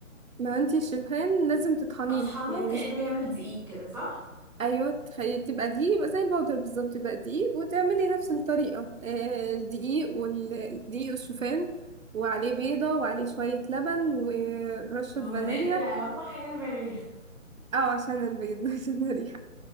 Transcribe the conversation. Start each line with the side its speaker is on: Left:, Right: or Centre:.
Right: ما انتي الشوفان لازم تطحنيه
Centre: اطحنه
Right: يعني
Centre: كانه
Right: مش
Centre: يعمل دقيق كده صح
Right: ايوه تخيل تبقى دقيق يبقى زي البودر بالظبط يبقى دقيق وتعملي نفس الطريقه آه، الدقيق والدقيق والشوفان وعليه بيضه وعليه شويه لبن ورشه
Centre: فانيليا
Right: فانيليا
Centre: اهم حاجه الفانيليا
Right: اه عشان البيض <laughs> عشان الريحه